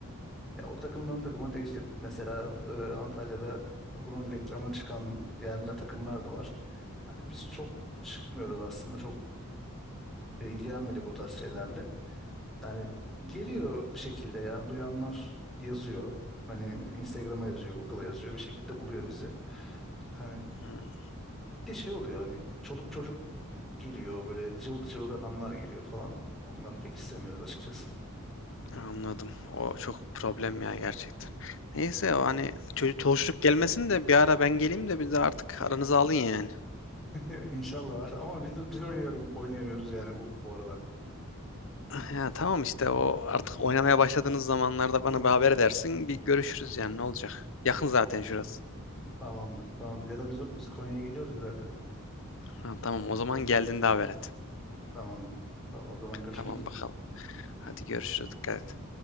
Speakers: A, in the centre; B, on the left (about 60°).
A: Ya o takımdan takıma değişir. Mesela e, Antalya'da bunun reklamını çıkan yerli takımlar da var. Hani biz çok çıkmıyoruz aslında. Çok e, ilgilenmedik o tarz şeylerle. Yani geliyor bir şekilde ya duyanlar yazıyor. Hani Instagram'a yazıyor, Google'a yazıyor bir şekilde buluyor bizi. Hani
B: Hımm,
A: de şey oluyor hani çoluk çocuk geliyor böyle cıvık cıvık adamlar geliyor falan. Onları pek istemiyoruz açıkçası.
B: anladım. O çok problem ya gerçekten. Neyse o, hani, ço çoluşluk gelmesin de bir ara ben geleyim de bir de artık aranıza alın yani.
A: <laughs> İnşallah var ama biz, biz oynuyorum, oynayamıyoruz yani bu, bu aralar.
B: Ya, tamam işte o artık oynamaya başladığınız zamanlarda bana bir haber edersin, bir görüşürüz yani ne olacak? Yakın zaten şurası.
A: Tamamdır, tamamdır. Ya da biz, biz Konya'ya geliyoruz zaten.
B: Ha, tamam o zaman geldiğinde haber et.
A: Tamamdır. Tamam, o zaman görüşmek
B: Tamam
A: üzere.
B: bakalım. Hadi görüşürüz. Dikkat et.